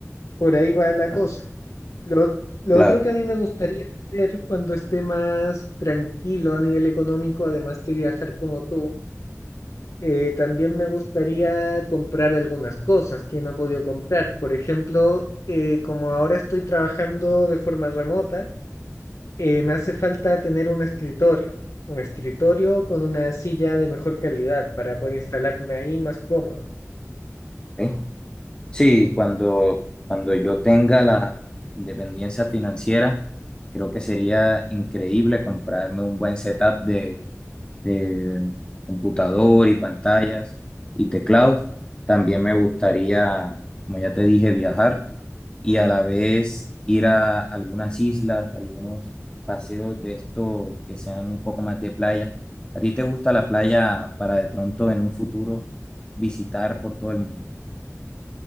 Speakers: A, on the left (about 75°); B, on the left (about 20°).
A: por ahí va la
B: Ya,
A: cosa. Lo, lo
B: claro.
A: otro que a mí me gustaría hacer cuando esté más tranquilo a nivel económico, además de viajar como tú, eh, también me gustaría comprar algunas cosas que no he podido comprar. Por ejemplo, eh, como ahora estoy trabajando de forma remota, eh, me hace falta tener un escritorio, un escritorio con una silla de mejor calidad para poder instalarme ahí más cómodo.
B: ¿Ok? Sí, cuando, cuando yo tenga la independencia financiera, creo que sería increíble comprarme un buen setup de, de computador y pantallas y teclados. También me gustaría, como ya te dije, viajar y a la vez ir a algunas islas, algunos paseos de estos que sean un poco más de playa. ¿A ti te gusta la playa para de pronto en un futuro visitar por todo el mundo?